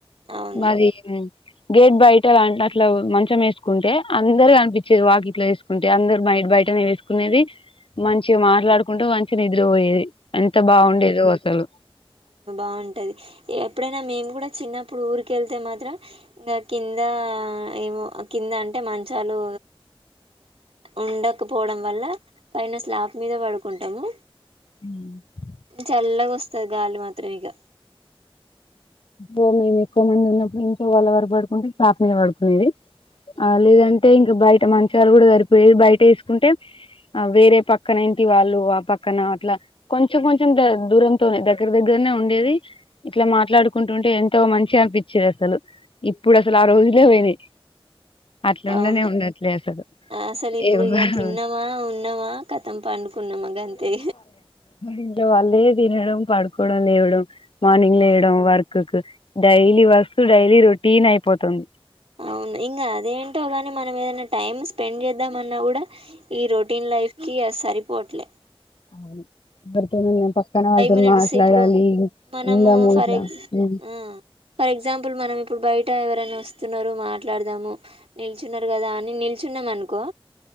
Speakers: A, on the right (about 85°); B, on the left (about 65°).
A: అవును
B: మాది గేట్ బయట అలా అట్లా మంచం వేసుకుంటే అందరు కనిపించేది వాకిట్లో వేసుకుంటే అందరు బయట బయటనే వేసుకునేది మంచి
A: ఉమ్
B: మాట్లాడుకుంటూ మం చి నిద్ర పొయెది ఎంత బాగుండేదో అస్సలు
A: బాగుంటది ఎప్పుడైనా మేము కూడా చిన్న ఇప్పుడు ఊరికి ఎళ్తే మాత్రం ఇంకా కింద ఏమో కింద అంటే మంచాలు ఉండకపోవడం వల్ల పైన స్లాప్ మీద పడుకుంటాము
B: ఉ
A: చల్లగా వస్తది గాలి మాత్రము ఇగ
B: ఒకవేళ మేము ఎక్కువ మంది ఉన్నప్పుడు. ఇంట్లొ వాళ్ళు ఎవరు పడుకుంటే సాప మీద పడుకునేది
A: హ్మ్.
B: అ లేదంటే ఇంకా బయ్ ట మంచాలు కూడా సరిపోయేవి బయట ఏసుకుంటే. ఆ వేరే పక్కన ఇంటి వాళ్ళు ఆ పక్కన అట్లా కొంచెం కొంచెం దూరంతోనే దగ్గర దగ్గరనే ఉండేది ఇట్లా మాట్లాడుకు. కుంటుంటే ఎంతో మంచిగా అనిపించేది అసలు ఇప్పుడు అస్సలు ఆ రోజులే పోయినాయి అట్లా
A: అవును
B: ఉండనే ఉండట్లే అసలు
A: అసలు ఇప్పుడు
B: ఎవ్వరు
A: ఇక తిన్నామా ఉన్నామా కథం పండుకున్నామా గంతే
B: ఇంట్లో వాళ్ళే తినడం పడుకోవడం లేవడం మార్నింగ్
A: అవును.
B: లేవడం వర్ work daily work daily routine అయిపోతుంది
A: అవును ఇంకా అదేంటో గని మనం ఏదైనా టైమ్ స్పెండ్ చేద్దాంమన్నా కూడా ఈ రొటీన్ లైఫ్ కి అస్ సరిపోట్లే
B: అవును ఎరితోనన్న పక్కన వాళ్ళతో
A: మినిట్స్
B: మాట్లాడాలి
A: ఇప్పుడు మనము
B: ఉందాము
A: ఫర్
B: ఇట్లా
A: ఎగ్జ్
B: ఉ
A: ఆ ఫర్ ఎగ్జాంపుల్ మనం ఇప్పుడు బయట ఎవరైనా వస్తున్నారు మాట్లాడదాము నిలుచున్నారు కదా అని నిల్చున్నాం అను కొ